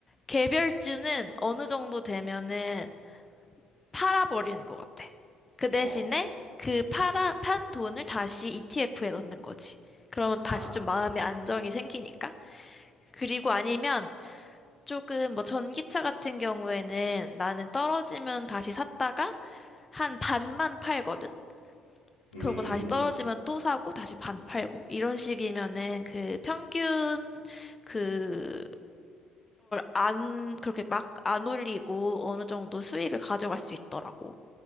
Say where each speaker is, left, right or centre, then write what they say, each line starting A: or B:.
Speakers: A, on the left (about 25°); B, on the left (about 80°).
A: 개별주는 어느 정도 되면은 팔아버리는 것 같아. 그 대신에
B: 어.
A: 그 팔아, 판 돈을 다시 ETF에 넣는 거지. 그러면 다시
B: 아.
A: 좀 마음의 안정이 생기니까. 그리고 아니면 조금 뭐 전기차 같은 경우에는 나는 떨어지면 다시 샀다가 한 반만 팔거든?
B: 음.
A: 그러고 다시 떨어지면 또 사고 다시 반 팔고 이런 식이면은 그 평균 그걸 안 그렇게 막 안 올리고 어느 정도 수익을 가져갈 수 있더라고.